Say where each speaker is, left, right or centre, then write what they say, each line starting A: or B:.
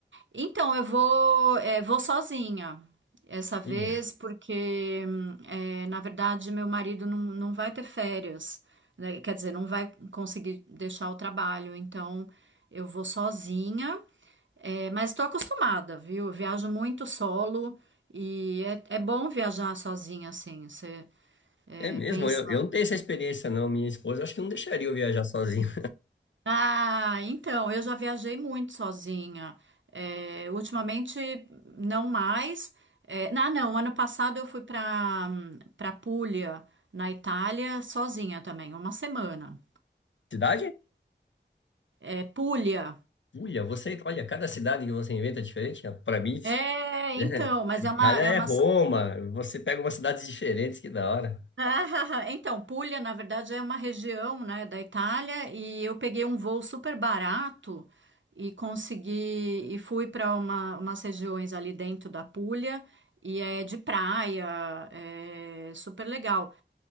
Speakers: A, on the right (about 85°); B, on the left (about 80°).
A: Então, eu vou, é, vou sozinha essa vez,
B: Ia.
A: porque, hum, é, na verdade, meu marido não, não vai ter férias, né? Quer dizer, não vai conseguir deixar o trabalho. Então, eu vou sozinha, é, mas estou acostumada, viu? Eu viajo muito solo e é, é bom viajar sozinha, assim. Você, é,
B: É mesmo,
A: pensa
B: eu, eu não tenho essa experiência não, minha esposa acho que não deixaria eu viajar sozinho.
A: Ah, então, eu já viajei muito sozinha. É, ultimamente, não mais. É, ah, não, ano passado eu fui para para Puglia, na Itália, sozinha também, uma semana.
B: <laughs> Cidade?
A: É, Puglia.
B: Uia, você, olha, cada cidade que você inventa é diferente, para mim
A: É,
B: <laughs> né?
A: então, mas
B: Itália
A: é uma, é
B: é
A: uma,
B: Roma, você pega umas cidades diferentes, que da hora.
A: <laughs> Ah, então, Puglia, na verdade, é uma região, né, da Itália e eu peguei um voo super barato e consegui e fui para uma, umas regiões ali dentro da Puglia e é de praia, é super legal.